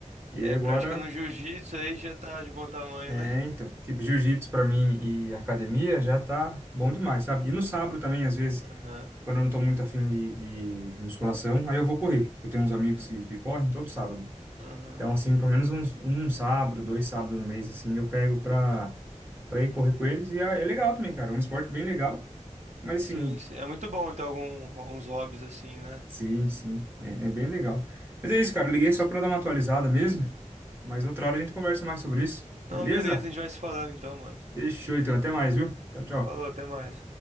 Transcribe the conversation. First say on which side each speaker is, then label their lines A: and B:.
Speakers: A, on the right; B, on the right.
A: E
B: É,
A: aí agora,
B: praticando um jiu-jitsu aí já tá de bom tamanho,
A: é,
B: né? <laughs>
A: então, tipo, jiu-jitsu pra mim e academia já tá bom demais, sabe? E no sábado também, às vezes,
B: Aham.
A: quando eu não tô muito afim de, de musculação, aí eu vou correr. Eu tenho uns amigos que, que correm todo sábado.
B: Aham.
A: Então, assim, pelo menos uns, um sábado, dois sábados no mês, assim, eu pego pra, pra ir correr com eles. E é é legal também, cara. É um esporte bem legal. Mas
B: Sim,
A: assim,
B: sim. É muito bom ter alguns hobbies assim, né?
A: Sim, sim. É, é bem legal. Mas é isso, cara. Eu liguei só pra dar uma atualizada mesmo. Mas outra hora a gente conversa mais sobre isso.
B: Não,
A: Beleza?
B: beleza, a gente vai se falando então, mano.
A: Fechou, então. Até mais, viu? Tchau, tchau.
B: Falou, até mais.